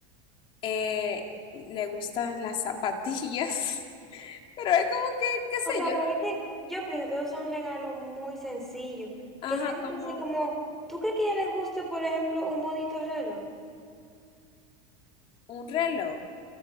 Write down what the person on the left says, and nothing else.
eh, le gustan las zapatillas, <laughs> pero es como que, qué sé
yo,
ajá,
como
un reloj.